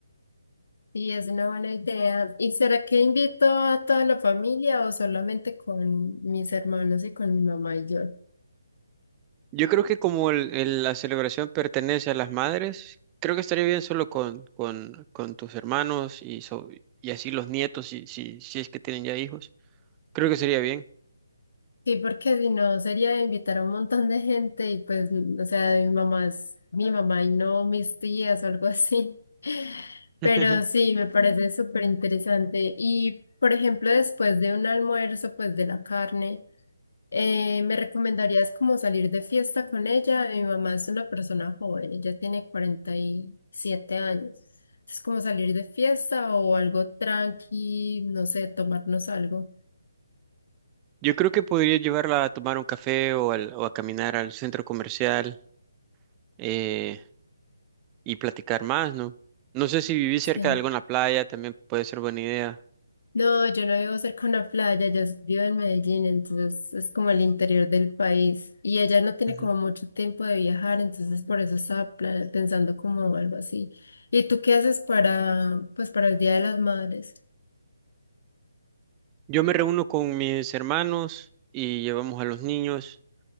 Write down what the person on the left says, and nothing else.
Sí, es una buena idea. ¿Y será que invito a toda la familia o solamente con mis hermanos y con mi mamá y yo?
Sí, porque si no sería invitar a un montón de gente y pues, o sea, mi mamá es mi mamá y no mis tías o algo así. Pero
sí, me parece súper interesante. Y, por ejemplo, después de un almuerzo, pues de la carne. Eh, ¿me recomendarías como salir de fiesta con ella? Mi mamá es una persona joven, ella tiene 47 años. Es como salir de fiesta o algo tranqui, no sé, tomarnos algo.
Sí.
No, yo no vivo cerca de una playa, yo s- vivo en Medellín, entonces es como el interior del país. Y ella no tiene
como mucho tiempo de viajar, entonces por eso estaba pla- pensando como algo así. ¿Y tú qué haces para, pues, para el Día de las Madres? <laughs>